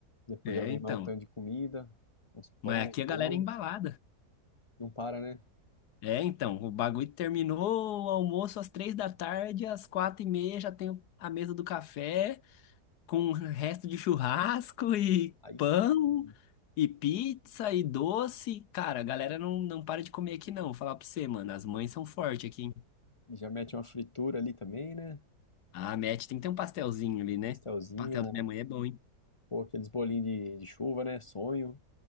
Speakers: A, on the left; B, on the left.
A: Depois
B: É,
A: já vem
B: então.
A: mais um tanto de comida, uns pão,
B: Mas aqui
A: uns bolo.
B: a galera é embalada.
A: Não para, né?
B: É, então, o bagulho terminou o almoço às três da tarde, às quatro e meia já tem a mesa do café, com o resto de churrasco e
A: Aí
B: pão
A: sim.
B: e pizza e doce. Cara, a galera não, não para de comer aqui não, vou falar pra você, mano, as mães são fortes aqui, hein?
A: Já mete uma fritura ali também, né?
B: Ah, Matt, tem que ter um pastelzinho ali, né?
A: Pastelzinho,
B: O pastel da minha mãe é bom, hein?
A: ou aqueles bolinhos de, de chuva, né? Sonho.